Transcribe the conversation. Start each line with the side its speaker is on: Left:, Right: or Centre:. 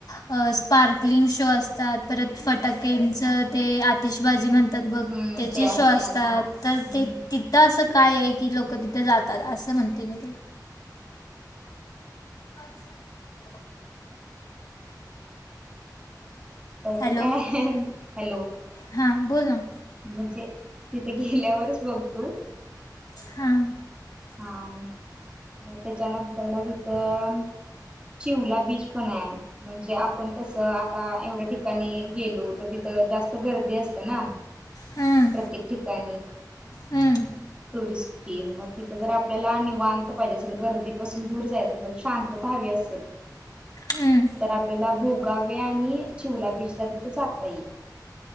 Left: अ स्पार्कलिंग शो असतात परत फटाक्यांच ते आतिशबाजी जे म्हणतात बघ
Right: हम्म
Left: त्याचे
Right: ते
Left: शो असतात
Right: हा
Left: तर
Right: हम्म
Left: ते तिथं अस काय आहे की लोक तिथे जातात असं म्हणते मी तुला अच्छा
Right: तसं
Left: हॅलो
Right: काय हॅलो?
Left: हां बोल ना
Right: म्हणजे तिथे गेल्यावरच बघतो.
Left: हां
Right: हां मग त्याच्यानंतर न तिथं चिवला बीच पण हाय म्हणजे आपण कसं आता एवढ्या ठिकाणी गेलो तर तिथं जास्त गर्दी असत्या ना
Left: हं,
Right: प्रत्येक ठिकाणी
Left: हं,
Right: टुरिस्ट ते मग तिथं जर आपल्याला निवांत पाहिजे असेल, गर्दीपासून दूर जायचं असेल, शांतता हवी असेल,
Left: हं.
Right: तर आपल्याला भोगावे आणि चिवला बीचला तिथे जाता येईल